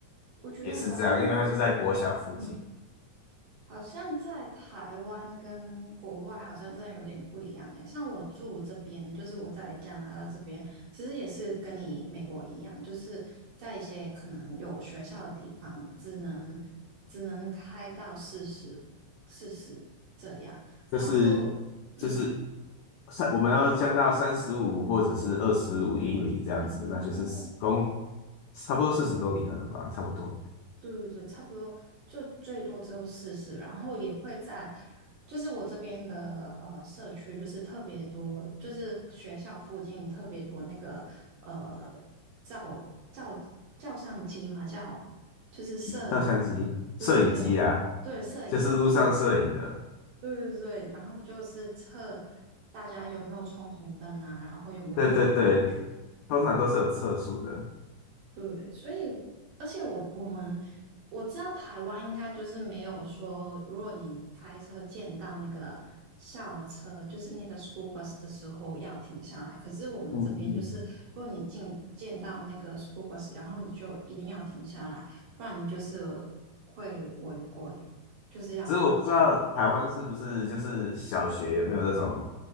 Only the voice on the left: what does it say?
也是这样，因为他就在国小附近。
就是
就是三，我们要降到三十五或者是二十五英里这样子，
那就是10公差不多四十公里可能吧，差不多。
照相机、
摄影机啊，
就是路上摄影的，
对对对，通常都是有测速的。
嗯嗯。
只是我不知道台湾是不是就是小学有没有那种，